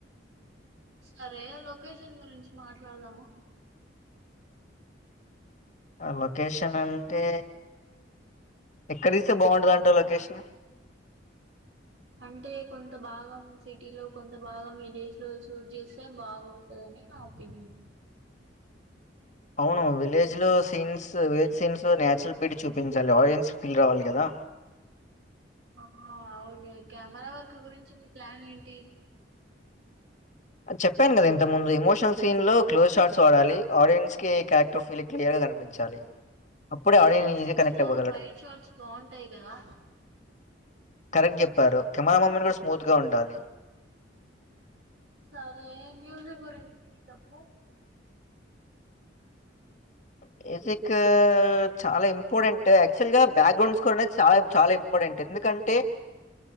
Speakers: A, on the right; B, on the left.
A: సరే లొకేషన్ గురించి మాట్లాడదాము
B: ఆ లొకేషన్ అంటే ఎక్కడ తీస్తే బాగుంటదంటా లొకేషన్
A: అంటే కొంత భాగం సిటీ లో కొంత భాగం విలేజ్ లో షూట్ చేస్తే బాగుంటదిండి నావుపిన
B: అవును విలేజ్ లో సీన్స్ విలేజ్ సీన్స్ లో నచురల్ బ్యూటీ చూపించాలి ఆరెంజ్ ఫీల్ రావాలి కదా
A: అ అవును కెమెరా వర్క్ గురించి మీ ప్లాన్ ఏంటి
B: చెప్పాను కదా ఇంత ముందు ఇమోషనల్ సీన్ లో క్లోజ్ షార్ట్స్ వాడాలి ఆడియన్స్ కారెక్టర్ ఫీల్ క్లియర్ గా కనిపించాలి అప్పుడే
A: action
B: audience
A: scenes
B: easy connect
A: లో
B: అవ్వగలడు.
A: వైట్ షార్ట్స్ బాగుంటాయి కదా
B: కరెక్ట్ చెప్పారు కెమెరా మమ్మని కూడా స్మూత్గా ఉండాలి
A: సరే మ్యూజిక్ గురించి తప్పు
B: బేజిక్ చాలా ఇంపార్టెంట్ యాక్చువల్ గా బ్యాక్గ్రౌండ్స్ కూడార్ అనేది చాలా చాలా ఇంపార్టెంట్ ఎందుకంటే